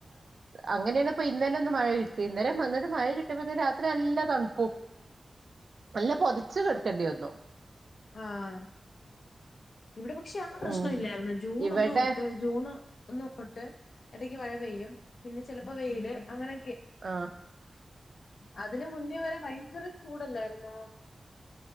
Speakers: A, on the right; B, on the left.
A: അങ്ങനെയാണ്പ്പോ ഇന്നലെ ഒന്ന് മഴ കിട്ടി. ഇന്നലേം വന്നിട്ട് മഴ കിട്ടുമ്പ രാത്രി നല്ല തണുപ്പും. നല്ല പൊതച്ചു കിടക്കേണ്ടി വന്നു.
B: ആ. ഇവിടെ പക്ഷെ ആ പ്രശ്നല്ലായിരുന്നു.
A: ഉം
B: ജൂൺ
A: ഇവിടെ
B: ഒന്ന് തൊട്ട് ജൂണ് ഒന്ന തോട്ട് ഇടക്ക് മഴ പെയ്യും. പിന്നെ ചെലപ്പോ വെയില് അങ്ങനെ
A: ആ.
B: അതിന് മുന്നേ വരെ ഭയങ്കര ചൂടല്ലായിരുന്നോ.